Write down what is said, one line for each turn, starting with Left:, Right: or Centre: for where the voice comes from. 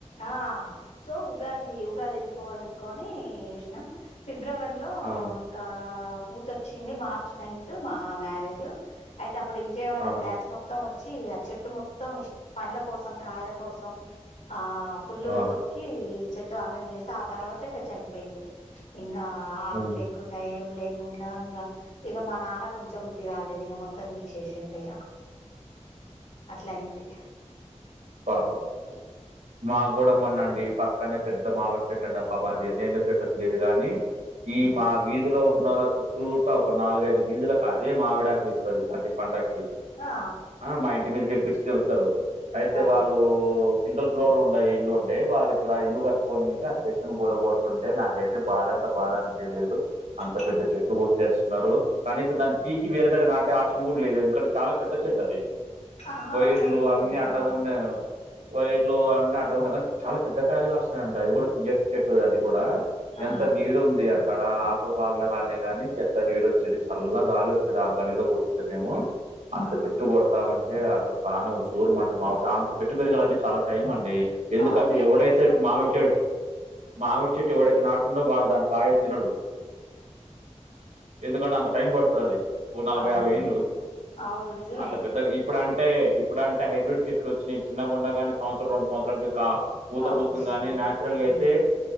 Left: ఆ సో ఉగాది ఉగాది వెళ్ళిపోవాలనుకోని చేసినం ఫిబ్రవరి ఫిబ్రవరి లో
Right: ఆ
Left: ఇంకా పూత వచ్చింది మార్చ్ నైన్త్ మా మ్యారేజ్ అయితే అప్పుడు విజయవాడ
Right: ఆ
Left: విజయవాడ బ్యాచ్ మొత్తం వచ్చి ఆ చెట్టు మొత్తం ఇ పండ్ల కోసం కాయల కోసం ఆ ఫుల్గా
Right: ఆ
Left: తొక్కి చెట్టు ఆగం చేస్తే ఆ తర్వాత ఇక చనిపోయింది ఇంగా ఆ ఆకు
Right: హ్మ్.
Left: లేకుండా ఏం లే లేకుండా ఇంకా ఇక మా నాన్న ఉంచ బుద్ధి కాలేదు ఇక మొత్తం తీసేసిండు ఇగ అట్లా అయింది
Right: పాపం మాకు కూడా మ్మొన్న అండి పక్కనే పెద్ద మావి మామిడి చెట్టు ఏదో తెలియదు కానీ ఈ
Left: ఉమ్.
Right: మా వీధిలో ఉన్నోళ్ల చుట్టూ పూత ఒక నాలుగైదు వీధులకు అదే మావిడాకులు ఇస్తుంది ప్రతి పండక్కి
Left: ఆ
Right: ఆ మా ఇంటి మీదకిస్తిస్తారు అయితే
Left: ఆ
Right: వాళ్ళు సింగల్ ఫ్లోర్ ఉండే ఇల్లు ఉండే వాళ్ళ ఇప్పుడు ఆ ఇల్లు కట్టుకొనికి చెట్టును కూల కొడుతుంటే నాకైతే బాధ అనిపించింది బాధ అని చేయలేదు అంత
Left: ఆ
Right: పెద్ద చెట్టు కొట్టేస్తున్నారు కనీసం దాని
Left: ఆ
Right: పీకి వేరే దగ్గ నాటే ఆప్షన్ కూడా లేదు ఎందుకంటే చాలా పెద్ద చెట్టు అది
Left: ఆహా
Right: వైర్లు
Left: అట్లా తీయలేరు
Right: అన్ని అడ్డం
Left: ఆ
Right: ఉన్న వైర్ లో అన్ని అడ్డంగాన్నాయి కానీ చాలా పెద్ద కాయలుగా కాస్తున్నాయి అండి అది కూడా తీయటీ చెట్టు అది కూడా
Left: ఆ
Right: ఎంత నీడుంది అక్కడ ఆకులు రాలినా రాలినాయ్ కానీ ఎంత నీడు వచ్చేది చల్ల గాలి వచ్చేది ఆ గల్లిలో కూర్చుంటే మేము అంత
Left: ఆ
Right: చెట్టు కొడతా ఉంటే అసలు పానం ఉసురు మంటుంది అంత చెట్టు పెరగాలంటే చాలా టైం అండి ఎందుకంటే
Left: అవును ఎన్ని
Right: ఎవడైతే
Left: ఇయర్స్ పడుతది
Right: మామిడి చెట్ మామిడి చెట్టు ఎవడైతే నాటుతుండో వాడు దాని కాయ తినడు ఎందుకంటే అంత టైం పడుతది అది ఓ నలభై
Left: అవును
Right: యాభై ఏండ్లు
Left: అవును నిజమే
Right: అంత పెద్దగా ఇప్పుడుంటే ఇప్పుడుంటే హైబ్రిడ్ చెట్లు వచ్చినాయి చిన్న గుండగానే సంవత్సరం రెండు సంవత్సరలు పూత
Left: కాపు
Right: పూస్తుంది
Left: వస్తుంది
Right: గాని నాచురల్
Left: అవును
Right: గా అయితే